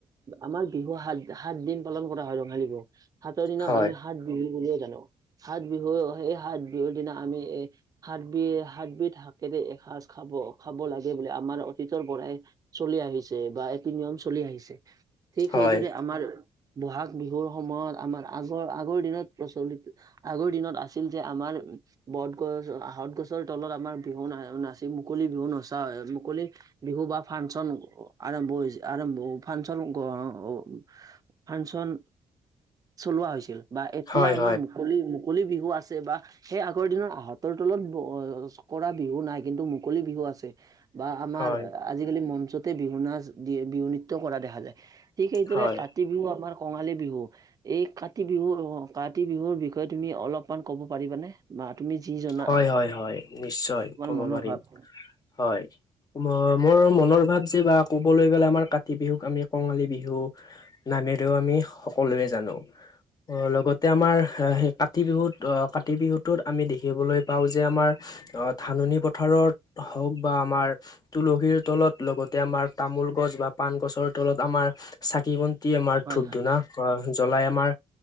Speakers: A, on the right; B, on the left.
A: আমাৰ বিহু সাত সাত দিন পালন কৰা হয় ৰঙালী বিহু। সাতৰ দিনা
B: হয়
A: আমি সাত বিহু বুলি জানো। সাত বিহু সেই সাত বিহুৰ দিনা আমি এ সাত বি সাতবিধ শাকেৰে খাজ খাব খাব লাগে। সেই বুলি আমাৰ অতীতৰ পৰাই চলি আহিছে বা এইতো নিয়ম চলি আহিছে। ঠিক
B: হয়
A: সেইদৰে আমাৰ বহাগ বিহুৰ সময়ত আমাৰ আগৰ আগৰ দিনত প্ৰচলিত আগৰ দিনত আছিল যে আমাৰ বত গছ আহত গছৰ তলত আমাৰ বিহু না নাচি মুকলি বিহু নাচ মুকলি বিহু বা ফাংচন আৰম্ভ হৈছে আৰম্ভ ফাংচন <unintelligible> ফাংচন চলোৱা হৈছিল বা এতিয়া
B: হয়
A: আমাৰ মুকলি মুকলি বিহু আছে বা সেই আগৰ দিনৰ আহঁতৰ তলত <unintelligible> বিহু নাই কিন্তু মুকলি বিহু আছে। বা আমাৰ
B: হয় হয়
A: আজিকালি মঞ্চতে বিহু নাচ দি বিহু নৃত্য কৰা দেখা যায় ঠিক সেইদৰে
B: হয়
A: কাতি বিহু আমাৰ কঙালী বিহু এই কাতি বিহু কাতি বিহুৰ বিষয়ে তুমি অলপমান ক'ব পাৰিবানে <unintelligible> জনা
B: হয়, হয়, হয়, নিশ্চয়
A: তোমাৰ
B: ক'ব
A: মনৰ
B: পাৰিম
A: ভাৱ হয়
B: হয়। মোৰ মনৰ ভাৱ যে বা ক'বলৈ গ'লে আমাৰ কাতি বিহুক আমি কঙালী বিহু বা বাহিৰেও আমি সকলোৱে জানো। অ', লগতে আমাৰ সেই কাতি বিহুত অহ, কাতি বিহুতোত আমি দেখি দেখিবলৈ পাওঁ যে আমাৰ ধাননি পথাৰত হওঁক বা আমাৰ তুলসীৰ তলত লগতে আমাৰ তামোল গছ বা পাণ গছৰ তলত আমাৰ ছাকি দি আমাৰ
A: হয়
B: ধোপ
A: হয়
B: ধোনা কৰা জ্বলাই আমাৰ,